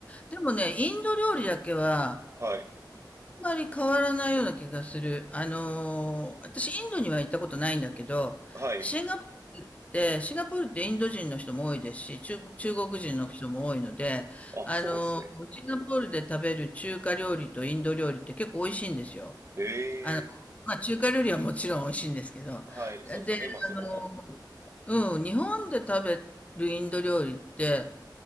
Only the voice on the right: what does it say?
はい。
はい。
あ、
そうなんですね。
ええ
はい。
そうですよね。まあそこは。